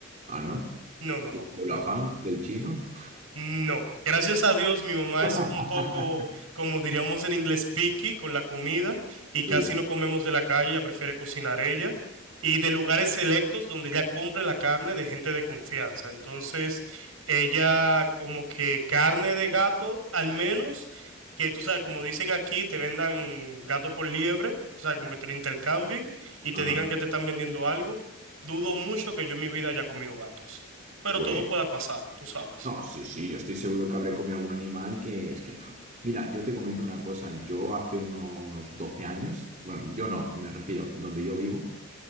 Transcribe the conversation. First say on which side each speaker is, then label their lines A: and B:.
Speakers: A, on the right; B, on the right.
A: Ah, ¿no?
B: No, no, no,
A: ¿Y el
B: no.
A: afán del chino?
B: No, gracias a Dios mi mamá
A: <laughs>
B: es un poco, como diríamos en inglés, picky con la comida y
A: Sí,
B: casi
A: sí.
B: no comemos de la calle, ella prefiere cocinar ella y de lugares selectos donde ella compre la carne de gente de confianza. Entonces, ella como que carne de gato, al menos que tú sabes, como dicen aquí, te vendan gato por liebre, o sea, como que te lo intercambien y te
A: Ajá.
B: digan que te están vendiendo algo. Dudo mucho que yo en mi vida haya comido gatos, pero
A: Pues.
B: todo pueda pasar, tú sabes.
A: No, sí, sí, yo estoy seguro que habré comido algún animal que es que... pf, Mira, yo te comento una cosa, yo hace unos 12 años, bueno, yo no, me refiero, en donde yo vivo,